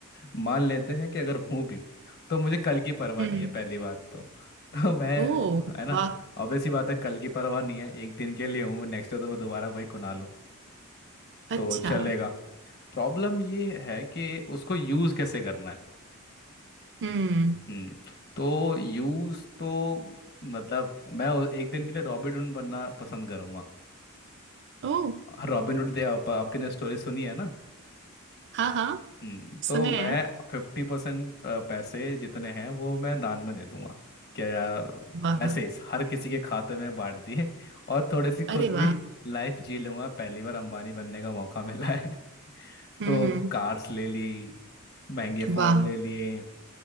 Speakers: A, on the left; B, on the right.
A: मान लेते हैं कि अगर हूं भी तो मुझे कल की परवाह
B: हम्म
A: नहीं है पहली बात तो <laughs> तो मैं
B: ओ
A: है ना
B: वाह
A: ऑब्वियस सी बात है कल की परवाह नहीं है एक दिन के लिए हूँ नेक्स्ट डे तो मैं दोबारा वही खुना लूँ तो
B: अच्छा
A: चलेगा प्रॉब्लम ये है कि उसको यूज़ कैसे करना है
B: हम्म
A: हम्म तो यूज़ तो मतलब मैं एक दिन के लिए रॉबिन हुड बनना पसंद करूंगा
B: ओ
A: Robin Hood आपने स्टोरी सुनी है ना
B: हाँ हाँ
A: हम्म, तो
B: सुने
A: मैं
B: हैं
A: फिफ्टी परसेंट पैसे जितने हैं वो मैं दान में दे दूंगा क्या यार
B: वाह
A: ऐसे ही हर किसी के खाते में बांट दिए <laughs> और थोड़ी सी खुद
B: अरे
A: भी
B: वाह
A: लाइफ जी लूंगा पहली बार अंबानी बनने का मौका मिला है <laughs>
B: हम्म
A: तो
B: हम्म,
A: कार्स ले ली महंगे फोन
B: वाह
A: ले लिए